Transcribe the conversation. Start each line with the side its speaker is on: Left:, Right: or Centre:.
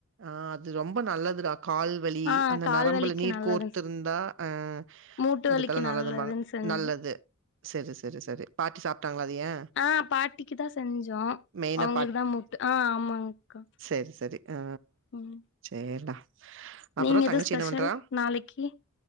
Right: அ அது ரொம்ப நல்லதுடா கால் வலி
Left: ஆ
Right: அந்த
Left: கால்
Right: நரம்புல
Left: வலிக்கு
Right: நீர்
Left: நல்லதுன்னு
Right: கோர்த்திருந்தா அ
Left: மூட்டு
Right: அதுக்கெல்லா
Left: வலிக்கு நல்லதுன்னு
Right: நல்லதும்பாங்க
Left: செஞ்சோ
Right: நல்லது சரி சரி சரி பாட்டி சாப்ட்டாங்ளா அதயே
Left: அ பாட்டிக்கு தா செஞ்சோ
Right: மெயினா
Left: அவங்களுக்கு தா மூட்டு அ ஆமாங்க்கா
Right: செரி செரி அ
Left: ம்
Right: சேரிடா அப்றோ
Left: நீங்க
Right: தங்கச்சி
Left: எது ஸ்பெஷல்
Right: என்ன பண்றா
Left: நாளைக்கி